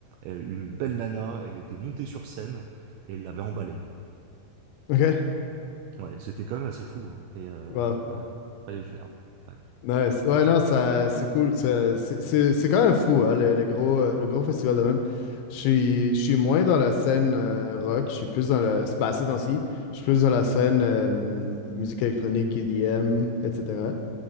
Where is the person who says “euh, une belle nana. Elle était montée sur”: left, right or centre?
Right